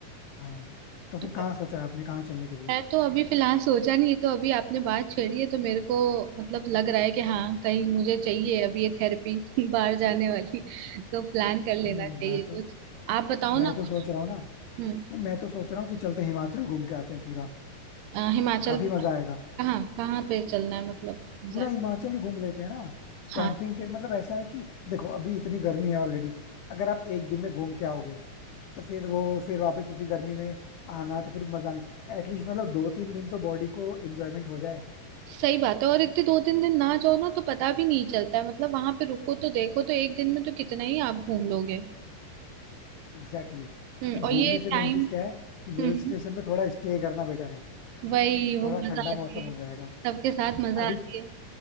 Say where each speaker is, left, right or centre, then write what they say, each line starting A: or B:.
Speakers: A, on the left; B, on the right.
A: हाँ तो फिर
B: तो
A: कहाँ सोचा है आपने कहाँ चलने के लिए
B: मैं तो अभी फिलहाल सोचा नहीं है तो अभी आपने बात छेड़ी है तो मेरे को मतलब लग रहा है कि हाँ कहीं मुझे चाहिए अभी ये थेरेपी <laughs> बाहर जाने वाली तो प्लान कर लेना
A: नहीं
B: चाहिए
A: मैं तो
B: कुछ आप बताओ ना
A: मैं तो
B: कुछ
A: सोच रहा हूँ ना
B: हम्म
A: नहीं मैं तो सोच रहा हूँ कि चलते हैं हिमाचल घूम के आते हैं पूरा
B: अ, हिमाचल
A: काफी
B: में
A: मजा
B: कहाँ
A: आएगा
B: कहाँ कहाँ पे चलना है मतलब exact?
A: पूरा हिमाचल ही घूम लेते हैं ना
B: हाँ
A: कैंपिंग के मतलब ऐसा है कि देखो अभी इतनी गर्मी है ऑलरेडी अगर आप एक दिन में घूम के आओगे तो फिर वो फिर वापस उसी गर्मी में आना तो फिर मजा नहीं एटलीस्ट मतलब दो तीन दिन तो बॉडी को एंजॉयमेंट हो जाए
B: सही बात है और इतने दो तीन दिन ना जाओ ना तो पता भी नहीं चलता है मतलब वहां पे रुको तो देखो तो एक दिन में तो कितना ही आप घूम लोगे
A: Exactly exactly.
B: हम्म
A: नहीं, घूमने
B: और ये
A: से
B: टाइम
A: मेन चीज क्या है कि
B: हम्म
A: हिल स्टेशन पे थोड़ा स्टे करना बेटर है
B: वही वो
A: थोड़ा
B: मजा
A: ठंडा मौसम
B: आती
A: हो
B: है
A: जाएगा
B: सबके साथ मजा
A: अभी
B: आती है